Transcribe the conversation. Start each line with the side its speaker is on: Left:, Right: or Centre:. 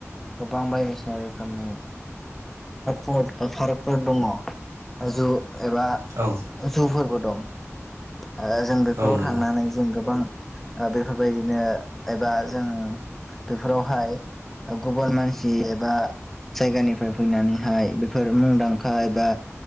Centre: गोबां बायदिसिना रो खोमनि फार पार्कफोर दङ जु एबा
Right: औ
Centre: ओ जुफोरबो दं। ओ जों बेफोराव
Right: औ नंगौ
Centre: थांनानै जों गोबां बेफोरबायदिनो एबा जों बेफोरावहाय गुबुन मानसि एबा जायगानिफ्राय फैनानैहाय बेफोर मुंदांखा एबा